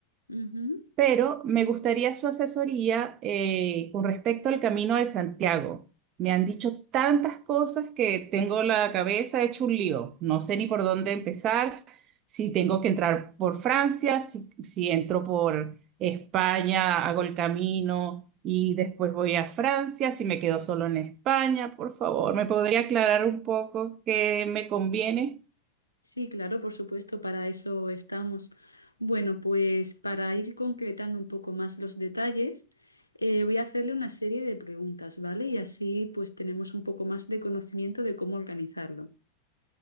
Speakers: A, on the left; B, on the right.
A: Ujú,
B: pero me gustaría su asesoría eh, con respecto al Camino de Santiago. Me han dicho tantas cosas que tengo la cabeza hecho un lío. No sé ni por dónde empezar, si tengo que entrar por Francia, si, si entro por España, hago el camino y después voy a Francia, si me quedo solo en España, por favor, ¿me podría aclarar un poco qué me conviene?
A: Sí, claro, por supuesto, para eso estamos. Bueno, pues para ir concretando un poco más los detalles, eh, voy a hacerle una serie de preguntas, ¿vale? Y así pues tenemos un poco más de conocimiento de cómo organizarlo.